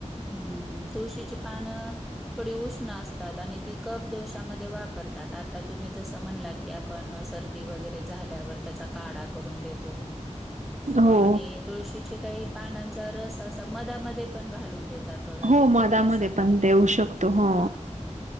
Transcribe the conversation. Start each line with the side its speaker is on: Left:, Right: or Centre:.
Centre: हम्म तुळशीची पान थोडी उष्ण असतात आणि ती कप दोषामध्ये वापरतात आता तुमी जसं त म्हणलात की आपण सर्दी वगरे झाल्यावर तेचा काढा करून देतो म्हणून
Right: हो
Centre: आणि तुळशीची काही पानांचा रस असा मधामध्ये पण घालून दे त्यात बघा
Right: हो
Centre: ते खोकल्यासाठी
Right: मधामध्ये पण देऊ शकतो हो
Centre: हा हा.